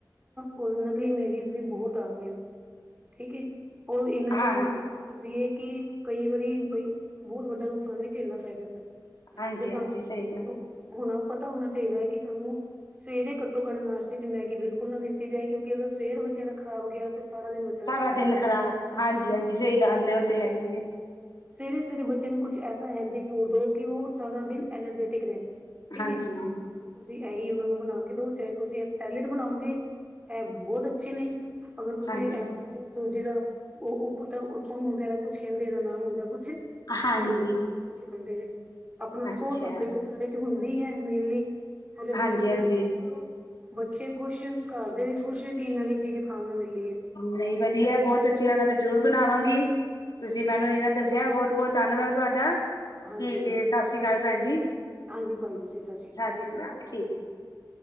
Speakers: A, on the right (about 20°); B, on the left (about 60°).
A: ਹੁਣ ਨਕਲੀ ਮੈਗੀਜ਼ ਵੀ ਬਹੁਤ ਆ ਗਈਆਂ ਨੇ ਠੀਕ ਹੈ। ਉਹ ਇੰਨਾ
B: ਹਾਂ,
A: ਜ਼ਿਆਦਾ ਨੁਕਸਾਨ ਕਰਦੀ ਏ ਕਿ ਕਈ ਵਾਰੀ ਬਈ ਬਹੁਤ ਵੱਡਾ ਨੁਕਸਾਨ ਵੀ ਝੇਲਣਾ ਪੈ ਜਾਂਦਾ।
B: ਹਾਂਜੀ,
A: ਤੇ ਸਾਨੂੰ
B: ਹਾਂਜੀ ਸਹੀ ਗੱਲ।
A: ਸਾਨੂੰ ਹੁਣ ਪਤਾ ਹੋਣਾ ਚਾਹੀਦਾ ਹੈ ਕਿ ਸਾਨੂੰ ਸਵੇਰੇ ਘੱਟੋ-ਘੱਟ ਨਾਸ਼ਤੇ 'ਚ ਮੈਗੀ ਬਿਲਕੁਲ ਨਾ ਦਿੱਤੀ ਜਾਏ ਕਿਉਂਕਿ ਅਗਰ ਸਵੇਰ ਬੱਚਿਆਂ ਦਾ ਖ਼ਰਾਬ ਗਿਆ ਸਾਰਾ ਦਿਨ ਬੱਚਿਆਂ
B: ਸਾਰਾ
A: ਦਾ ਖਰਾਬ
B: ਦਿਨ
A: ਜਾਂਦਾ।
B: ਖ਼ਰਾਬ ਹਾਂਜੀ ਹਾਂਜੀ ਸਹੀ ਗੱਲ ਹੈ, ਉਹ ਤੇ ਹੈ ਹੀ ਹੈ
A: ਸਵੇਰੇ-ਸਵੇਰੇ ਬੱਚੇ ਨੂੰ ਕੁਛ ਐਸਾ ਹੈਲਦੀ ਫੂਡ ਦੋ ਕਿ ਉਹ ਸਾਰਾ ਦਿਨ ਐਨਰਜੈਟਿਕ ਰਹੇ। ਠੀਕ
B: ਹਾਂਜੀ
A: ਏ, ਤੁਸੀਂ ਇਹੀ ਉਹਨਾ ਨੂੰ ਬਣਾ ਕੇ ਦੋ ਚਾਹੇ ਤੁਸੀਂ ਇਹ ਸੈਲਡ ਬਣਾਓਗੇ, ਇਹ ਬਹੁਤ ਅੱਛੇ ਨੇ। ਅਗਰ ਤੁਸੀਂ
B: ਹਾਂਜੀ
A: ਇਹ ਬਣਾਉਂਦੇ ਹੋ ਸੂਜੀ ਦਾ ਉਹ ਤਾਂ ਉਥੋਂ ਵਗੈਰਾ ਕੁਛ ਕਹਿੰਦੇ ਇਹਦਾ ਨਾ ਹੁੰਦਾ। ਕੁਛ,
B: ਹਾਂਜੀ
A: ਤੇ ਉਹ ਬਹੁਤ ਅੱਛੇ ਬੰਦੇ ਨੇ ਆਪਣਾ
B: ਅੱਛਾ
A: ਸੌ ਸਾਲ ਇੱਕ ਘਰ 'ਚ ਹੁੰਦਾ। ਓਹੀ ਐ ਮੇਨਲੀ ਉਹਦੇ ਨਾਲ
B: ਹਾਂਜੀ
A: ਤੁਸੀਂ
B: ਹਾਂਜੀ
A: ਸਰਵ ਕਰੋ। ਬੱਚੇ ਖੁਸ਼ ਘਰ ਦੇ ਵੀ ਖੁਸ਼ ਤੇ ਨਵੀਂ ਚੀਜ਼ ਖਾਣ ਨੂੰ ਮਿਲ
B: ਨਹੀਂ, ਵਧੀਆ ਬਹੁਤ ਅੱਛੀ ਐ ਮੈਂ ਤੇ ਜ਼ਰੂਰ ਬਣਾਵਾਂਗੀ। ਤੁਸੀਂ ਮੈਨੂੰ ਏਨਾ ਦੱਸਿਆ ਬਹੁਤ ਬਹੁਤ ਧੰਨਵਾਦ ਤੁਹਾਡਾ। ਠੀਕ
A: ਹਾਂਜੀ-ਹਾਂਜੀ
B: ਏ। ਸੱਤ ਸ਼੍ਰੀ ਕਾਲ, ਭੈਣ ਜੀ।
A: ਹਾਂਜੀ ਭੈਣ ਜੀ,
B: ਸਤਿ
A: ਅਕਾਲ।
B: ਸ਼੍ਰੀ ਕਾਲ। ਠੀਕ ਏ।